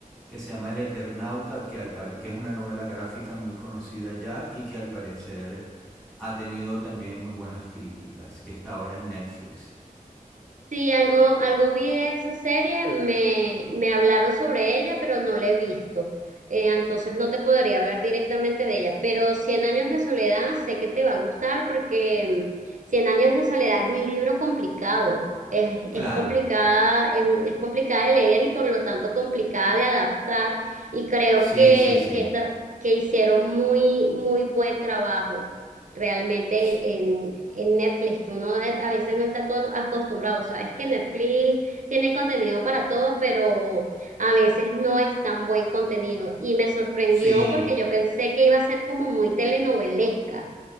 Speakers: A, in the centre; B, on the right.
A: que se llama El Eternauta, que, al pare- que es una novela gráfica muy conocida ya y que al parecer ha tenido también muy buenas críticas, que está ahora en Netflix.
B: Sí, algo, algo vi de esa serie, me, me hablaron sobre ella, pero no la he visto. Eh, entonces no te podría hablar directamente de ella, pero Cien años de soledad sé que te va a gustar porque mm, Cien años de soledad es un libro complicado. Es,
A: Claro,
B: es complicada, es, un- es complicada de leer y por lo tanto complicada de adaptar. Y creo
A: sí,
B: que,
A: sí, sí.
B: que, esta- que hicieron muy, muy buen trabajo realmente
A: S-
B: en, en Netflix, que uno a veces no está con- acostumbrado. O sea, es que Netflix tiene contenido para todo, pero a veces no es tan buen contenido. Y me sorprendió
A: Sí,
B: porque yo pensé que iba a ser como muy telenovelesca.